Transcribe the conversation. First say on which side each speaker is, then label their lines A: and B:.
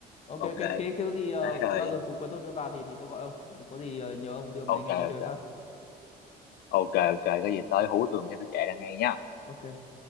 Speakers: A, on the left; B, on the left.
A: Ok
B: ok
A: ok khi khi có gì ờ,
B: đấy rồi
A: bao giờ cu- cuối tuần
B: Ừ,
A: tôi vào thì thì tôi gọi ông có gì ờ, nhờ ông đưa mấy
B: ok
A: anh em đi chơi
B: ok
A: phát
B: ok ok có gì tới hú tôi một cái tôi chạy ra ngay nhá
A: Ok